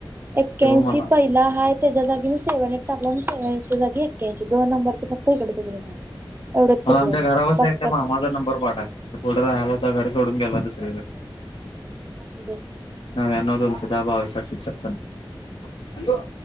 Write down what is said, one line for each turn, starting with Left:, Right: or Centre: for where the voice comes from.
Right: एक्क्यांशी
Left: किंवा मला
Right: पहिला आहेत. त्याच्या जाग मी सेव्हनट टाकला आणि सेव्हनटच्या जाग एक्क्यानशी दोन नंबरच फक्त इकडे तिकडे झालं.
Left: मला
Right: एवढंच चुकलेलं
Left: आमच्या घरा बसल्या
Right: बाकी काय
Left: मामाचा नंबर पाठे पुढे राहायला होता घर सोडून गेला तस
Right: असू दे.
Left: नाव अनो <unintelligible> दाहा बावीस आठशे छपन हॅलो.